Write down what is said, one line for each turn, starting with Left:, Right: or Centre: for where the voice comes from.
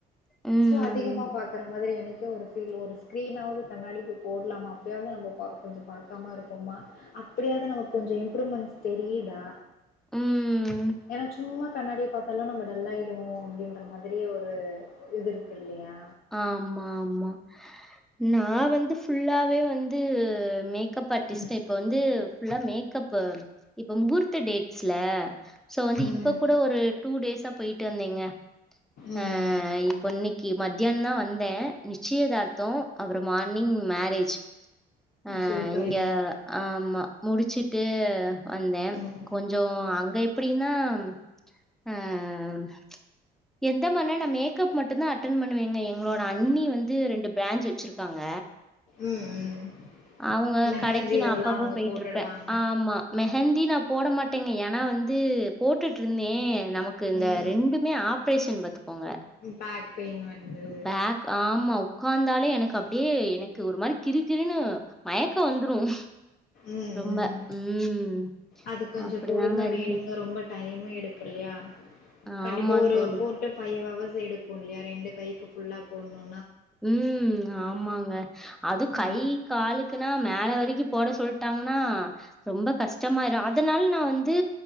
Centre: ம்
Left: சோ அதிகமா பாக்கற மாதிரி எனக் கு ஒரு ஃபீல் ஒரு ஸ்கிரீனாவது கண்ணாடிக்கு போட்லாமா அப்டியாவது நம்ம கவ் கொஞ்சோ பாக்காம இருப்போமா அப் புரியாதுங்க எனக் கொஞ்சொ இம்ப்ரூவ்மெண்ட்ஸ் தெரியிதா
Centre: ம்
Left: ஏனா சும்மா கண்ணாடிய பாத்தாலு நம்ம டல்லாய்டுவோ அப்டின்ற மாதிரி ஒரு இது இருக்கு இல்லயா
Centre: ஆமாம்மா நா வந்து ஃபுல்லாவே வந்து வேணு மேக்கப் ஆர்டிஸ்ட்
Left: ம்
Centre: இப்ப வந்து ஃபுல்லா மேக்கப் இப்ப முகூர்த்த டே ஸ்ல சோ வந்து
Left: ம்
Centre: இப்ப கூட ஒரு டூ டேஸா போயி ட்டு வந்தேங்க
Left: ம்
Centre: ஆ
Left: ம்
Centre: இப்ப இன்னைக்கி மத் தியானம்தா வந்தே நிச்சயதார்த் தோ அப்பறோ மார்னிங் மேரேஜ் ஆ,
Left: சூப்பருங்க
Centre: இங்க ஆமா முடிச்சுட்டு வந்தே
Left: ம்
Centre: கொஞ்சோ அங்க எப்டினா ம், ஆ ம் எந்த மாதிரினா நா மேக்கப் மட்டும்தா அட்டன் பண்ணுவேங்க எங்களோட அண்ணி வந்து ரெண்டு பிரான்ஞ் வச்சிருக்காங்க
Left: உம் ம்
Centre: அவங்க
Left: மெஹந்தி
Centre: கடைக்கு நா
Left: அதெல்லா
Centre: அப்பாப்பா
Left: அவங்க
Centre: பேயிட்டு
Left: போட்டுடுவாங்க
Centre: இருப்பே ஆ ஆமா மெஹந்த் தி நா போட மாட்டேங்க ஏன்னா வந்து போட்டுட்டு இருந்தே நமக்கு இந்த
Left: ம்
Centre: ரெண்டுமே ஆப்ரேஷன் பத் துக்கோங்க
Left: பேக் பெயின் வந்துடுது
Centre: பேக் ஆமா உ்காந்தாலே எனக்கு அப் அப்படியே எனக்கு ஒரு மாரி கிரு கிரனு மயக்கம் வந்துரும்
Left: உம்
Centre: ரொம்ப.
Left: உம்
Centre: ம்.
Left: அது கொஞ்ச
Centre: அப்டிதாங்க
Left: பொறும
Centre: இருக்கு.
Left: வேணுங்க ரொம்ப டைம் எடுக்கு இல்லையா கண்டிப்பா
Centre: ஆமா
Left: ஒரு
Centre: தோழி.
Left: போர் டு பைவ் அவர்ஸ் எடுக்கு இல்லையா ரெண்டு கைக்கு ஃபுல்லா போடணு
Centre: உம் ஆமாங்க அது கை
Left: ம்
Centre: காலுக்குன்னா மேல வரைக்கும் போட சொல்லிட்டாங்கன்னா ரொம்ப கஷ்டம்மயிரும் அதனால நா வந்து